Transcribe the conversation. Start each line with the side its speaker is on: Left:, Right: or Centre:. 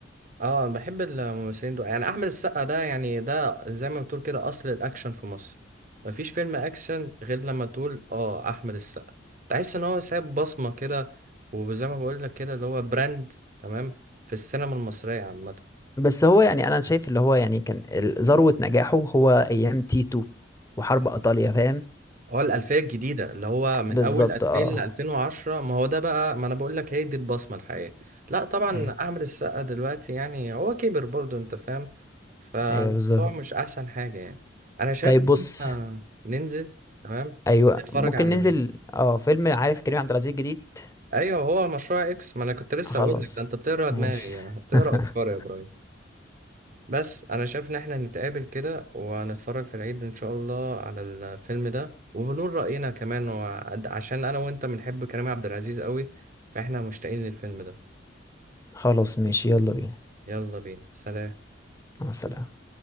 Right: اه انا بحب الممثلين دول يعني احمد السقا ده يعني ده زي ما بتقول كده اصل الاكشن في مصر مفيش فيلم اكشن غير لما تقول اه احمد السقا تحس ان هو سايب بصمة كده وزي ما بقول لك كده اللي هو براند تمام في السينما المصرية عامة
Left: بس هو يعني انا شايف اللي هو يعني كان ال- ذروة نجاحه هو ايام تيتو وحرب ايطاليا فاهم
Right: اه الألفية الجديدة اللي هو من
Left: بالظبط
Right: أول 2000
Left: اه
Right: ل 2010 ما هو ده بقى ما أنا بقول لك هي دي البصمة الحقيقية لا طبعا
Left: ايوه
Right: أحمد السقا دلوقتي يعني هو كبر برضه أنت فاهم فالموضوع
Left: ايوه بالظبط
Right: مش أحسن حاجة يعني أنا شايف
Left: طيب
Right: إن
Left: بص
Right: إحنا ننزل تمام
Left: ايوه
Right: نتفرج
Left: ممكن
Right: على
Left: ننزل اه فيلم عارف كريم عبد العزيز جديد
Right: أيوه هو مشروع إكس ما أنا كنت لسه
Left: خلاص
Right: أقول لك ده أنت بتقرا
Left: ماشي
Right: دماغي يعني بتقرا
Left: <laughs>
Right: أفكاري يا إبراهيم بس انا شايف ان احنا نتقابل كده ونتفرج في العيد ان شاء الله على الفيلم ده وبنقول رأينا كمان وعد- عشان انا وانت بنحب كريم عبد العزيز قوي فاحنا مشتاقين للفيلم ده
Left: خلاص ماشي يلا بينا
Right: يلا بينا سلام
Left: مع السلامة